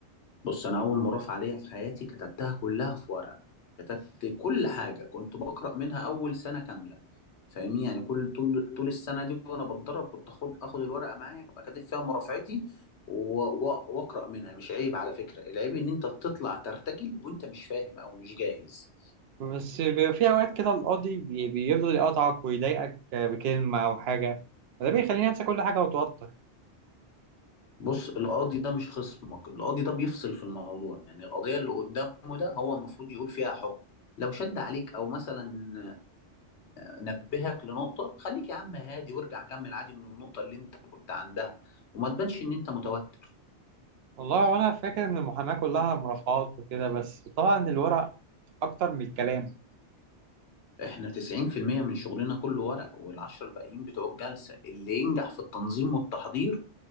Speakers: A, on the left; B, on the right.
A: بص انا اول مرافعه ليا في حياتي كتبتها كلها في ورقه كتبت كل حاجه كنت بقرا منها اول سنه كامله فاهمني يعني كل طول طول السنه دي وانا بتدرب كنت اخد اخد الورقه معايا ابقى كاتب فيها مرافعتي و- و- واقرا منها مش عيب على فكره العيب ان انت تطلع ترتجل وانت مش فاهم او مش جاهز
B: بس بيبقى في أوقات كده القاضي بي- بيفضل يقطعك ويضايقك بكلمة أو حاجة وده بيخليني أنسى كل حاجة وأتوتر
A: بص القاضي ده مش خصمك القاضي ده بيفصل في الموضوع يعني القضية اللي قدامه ده هو المفروض يقول فيها حكم لو شد عليك او مثلا آه، نبهك لنقطة خليك يا عم هادي وارجع كمل عادي من النقطة اللي انت كنت عندها وما تبانش ان انت متوتر
B: والله وأنا فاكر إن المحاماة كلها مرافعات وكده بس طبعا الورق أكتر من الكلام
A: احنا 90% من شغلنا كله ورق والعشرة الباقيين بتوع الجلسة اللي ينجح في التنظيم والتحضير